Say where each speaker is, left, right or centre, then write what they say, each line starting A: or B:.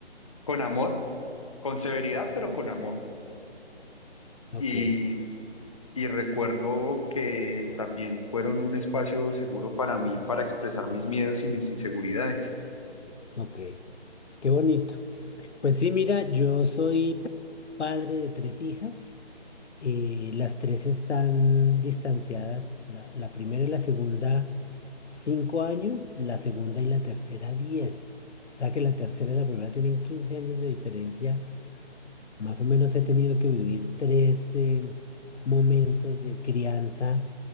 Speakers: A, on the left; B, on the left.
A: con amor, con severidad, pero con amor.
B: ok,
A: Y, y recuerdo que también fueron un espacio seguro para mí, para expresar mis miedos y mis inseguridades.
B: ok. Qué bonito. Pues sí, mira, yo soy padre de tres hijas. eh, las tres están distanciadas. La, la primera y la segunda, cinco años. La segunda y la tercera, diez. O sea que la tercera y la primera tienen 15 años de diferencia. Más o menos he tenido que vivir tres em, momentos de crianza